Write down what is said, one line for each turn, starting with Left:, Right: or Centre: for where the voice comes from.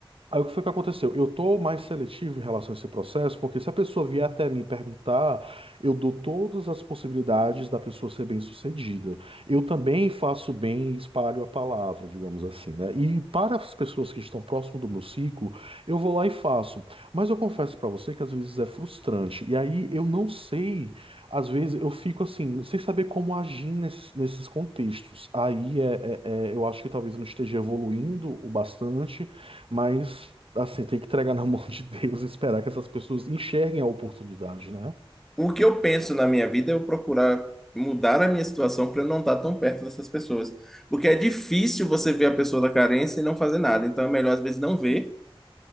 Right: Aí o que foi que aconteceu? Eu tô mais seletivo em relação a esse processo, porque se a pessoa vier até mim perguntar, eu dou todas as possibilidades da pessoa ser bem-sucedida. Eu também faço bem e espalho a palavra, digamos assim, né? E para as pessoas que estão próximo do meu ciclo, eu vou lá e faço. Mas eu confesso para você que às vezes é frustrante. E aí eu não sei, às vezes eu fico assim, sem saber como agir nesses, nesses contextos. Aí é, é- é- eu acho que talvez eu não esteja evoluindo o bastante mas, assim, tem que entregar na mão de Deus e esperar que essas pessoas enxerguem a oportunidade, né?
Centre: O que eu penso na minha vida é eu procurar mudar a minha situação para eu não estar tão perto dessas pessoas. Porque é difícil você ver a pessoa da carência e não fazer nada. Então é melhor, às vezes, não ver